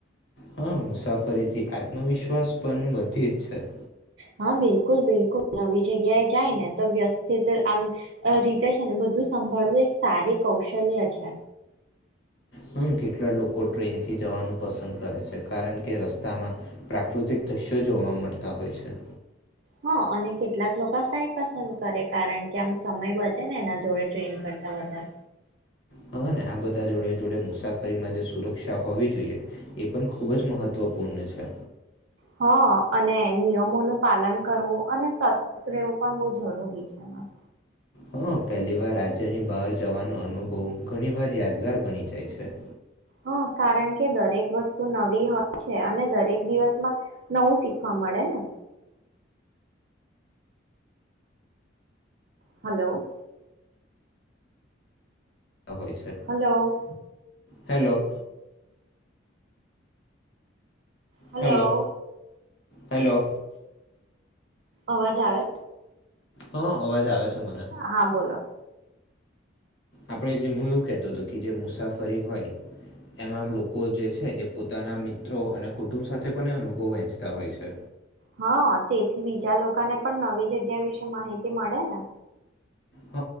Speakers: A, on the left (about 65°); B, on the right (about 55°).
A: હા મુસાફરીથી આત્મવિશ્વાસ પણ વધી જ છે.
B: હા બિલકુલ બિલકુલ નવી જગ્યાએ જાય ને તો વ્યવસ્થિત આમ રીતે છે ને બધું સંભાળવું એક સારી કૌશલ્ય છે.
A: હમ્મ કેટલા લોકો ટ્રેન થી જવાનું પસંદ કરે છે કારણ કે રસ્તામાં પ્રાકૃતિક દ્રશ્યો જોવા મળતા હોય છે.
B: હા અને કેટલાક લોકો આ ફ્લાઇટ પસંદ કરે કારણ કે આમ સમય બચે ને એના જોડે ટ્રેન કરતા વધારે.
A: હવે ને આ બધા જોડે જોડે મુસાફરીમાં જે સુરક્ષ ક્ષાહોવી જોઈએ એ પણ ખુબ જ મહત્વ પૂણ છે.
B: હા અને નિયમોનું પાલન કરવું અને સતર્ક રહેવું પણ બહ જરૂરી છે એમાં.
A: હા પહેલી વાર રાજ્યની બહાર જવાનો અનુભવ ઘણી વાર યાદગાર બની જાય છે.
B: હ કારણ કે દરેક વસ્તુ નવી હોય છે અને દરેક દિવસમાં નવું શીખવા મળે ને. હલો.
A: હોય છે
B: hello.
A: Hello
B: hello.
A: Hello hello
B: અવાજ આવે?
A: હા અવાજ આવે છે. મને
B: હા બોલો.
A: આપે જે હું એવું કેતો હતો કે જે મુસાફરી હોય એમાં લોકો જે છે એ પોતાના મિત્રો અને કુટુંબ સાથે પણ અનુભવ વેંચતા હોય છે.
B: હા તેથી બીજા લોકોને પણ નવી જગ્યા વિશે માહિતી મળે ને.
A: હ